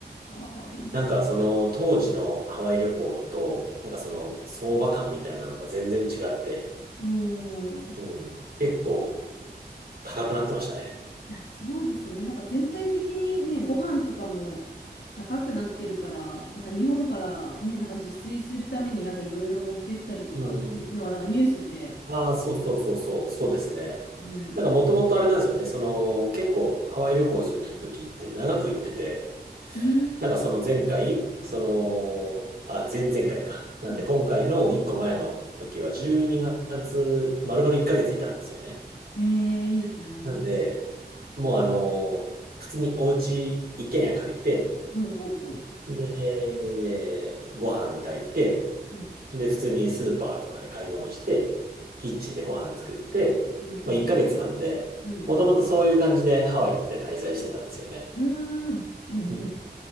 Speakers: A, on the left; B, on the right.
A: ああ、いいです。
B: なんかその当時のハワイ旅行と、なんかその相場感みたいなのが全然違って、
A: おー
B: うん、結構高くなってましたね。
A: いや、そうですよね。なんか全体的にね、
B: うん。
A: ご飯とかも高くなってるから、なんか日本からね、なんか自炊するためになんかいろいろ持ってったりとかっていうのはなんかニュースで、
B: うんうんああ、そうそうそうそう、
A: うん、
B: そうですね。
A: うん。
B: なんかもともとあれなんですよね、その結構ハワイ旅行するときって長く行ってて、
A: うー
B: なんかその前回、
A: ん
B: その、あ、前々回か。なんで今回の1個前の時は12月、
A: うん。
B: 丸々1ヶ月いたんですよね。
A: ええ、いいですね。
B: なんで、もうあの、普通にお家一軒家借りて、
A: ほうん、うおう。
B: で、ご飯炊いて、
A: うん、
B: で、普通にスーパーとかで買い物して、キッチンでご飯作って、
A: うん、
B: まあ1ヶ月なんで、
A: うん、うん。
B: もともとそういう感じでハワイって滞在してたんですよね。
A: うーん、うん、
B: うん。
A: うん。